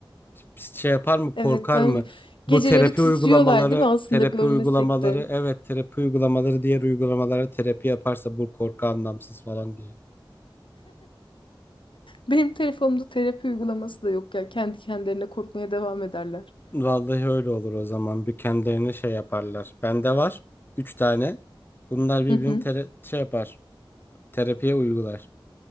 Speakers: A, on the left (about 25°); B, on the left (about 70°).
A: şey yapar mı, korkar
B: Evet ben
A: mı? Bu
B: geceleri
A: terapi
B: titriyorlar
A: uygulamaları,
B: değil mi aslında
A: terapi
B: görmesek
A: uygulamaları,
B: de.
A: evet terapi uygulamaları diğer uygulamalara terapi yaparsa bu korku anlamsız falan
B: Benim telefonumda terapi uygulaması da yok ya. Kendi kendilerine korkmaya devam ederler.
A: Vallahi öyle olur o zaman. Bir kendilerine şey yaparlar. Bende var. Üç tane. Bunlar birbirini
B: Hı hı.
A: tere- şey yapar. Terapiye uygular.